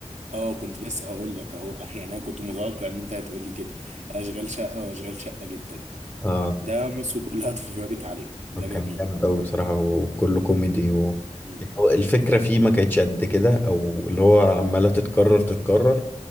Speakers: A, on the right; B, on the left.
A: اه كنت لسه هقول لك اهو <laughs> يعني انا كنت متوقع ان انت هتقول لي كده اشغال شقه واشغال شقه جدا
B: اه
A: ده مصر كلها <laughs> اتفرجت عليه ده جميل
B: كان جامد قوي بصراحة وكله كوميدي و...
A: مم.
B: يعني هو الفكرة فيه ما كانتش قد كده او اللي هو عمالة تتكرر تتكرر